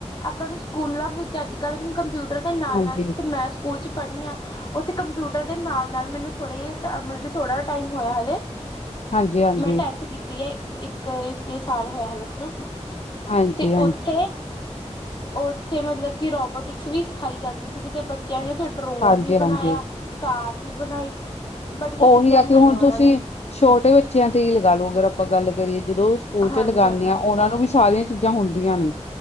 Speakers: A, on the left; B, on the left.
A: ਆਪਾਂ ਨੂੰ ਸਕੂਲਾਂ ਵਿੱਚ ਅੱਜ ਕੱਲ ਕੰਪਿਊਟਰ ਦੇ ਨਾਲ
B: ਹਾਂਜੀ
A: ਨਾਲ ਜਿੱਥੇ ਮੈਂ ਸਕੂਲ ਚ ਪੜ੍ਹੀ ਹਾਂ, ਉੱਥੇ ਕੰਪਿਊਟਰ ਦੇ ਨਾਲ ਨਾਲ ਮੈਨੂੰ ਥੋੜੇ, ਮਤਲਬ ਥੋੜਾ ਜਿਹਾ ਟਾਈਮ ਹੋਇਆ ਹਲੇ
B: ਹਾਂਜੀ ਹਾਂਜੀ
A: ਮੈਂ ਟੈਨਥ
B: ਹਾਂਜੀ
A: ਕੀਤੀ ਏ। ਇੱਕ ਇੱਕ ਇੱਕ ਸਾਲ ਹੋਇਆ ਹਲੇ ਮੈਨੂੰ
B: ਹਾਂਜੀ
A: ਤੇ ਉੱਥੇ ਉੱਥੇ ਮਤਲਬ ਕਿ ਰੋਬੋਟਿਕਸ ਵੀ ਸਿਖਾਈ ਜਾਂਦੀ ਸੀਗੀ, ਤੇ ਬੱਚਿਆਂ ਨੂੰ ਉੱਥੇ ਡਰੋਨ
B: ਹਾਂਜੀ
A: ਵੀ ਬਣਾਇਆ,
B: ਹਾਂਜੀ
A: ਕਾਰ ਵੀ ਬਣਾਈ। ਬੜੀਆਂ
B: ਉਹੀ
A: ਚੀਜ਼ਾਂ
B: ਆ
A: ਬਣਾਈਆਂ
B: ਕਿ ਹੁਣ
A: ਉਹਨਾਂ
B: ਤੁਸੀਂ
A: ਨੇ।
B: ਛੋਟੇ ਬੱਚਿਆਂ ਤੇ ਹੀ ਲਗਾ ਲਓ, ਅਗਰ ਆਪਾਂ ਗੱਲ ਕਰੀਏ ਜਦੋਂ ਸਕੂਲ
A: ਹਾਂਜੀ
B: ਚ ਲਗਾਉਂਦੇ
A: ਹਾਂਜੀ
B: ਹਾਂ, ਉਹਨਾਂ ਨੂੰ ਵੀ ਸਾਰੇ ਚੀਜ਼ਾਂ ਹੁੰਦੀਆਂ ਨੇ।